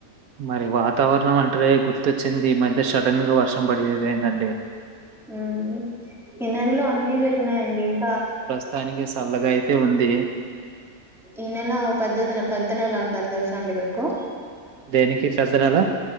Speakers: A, on the right; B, in the centre.
A: మరి వాతావరణం అంటే గుర్తొచ్చింది ఈ మధ్య సడన్ గా వర్షం పడి ఇదయ్యిందండి
B: హ్మ్ ఈ నెలలో అన్ని జరిగినాయండి ఇంకా
A: త్తానికి సల్లగా అయితే ఉంది.
B: ఈ నెల పెద్దదిన పెద్ద నెల అంటారు తెలుస అండి మీకు.
A: దేనికి పెద్ద నెలా?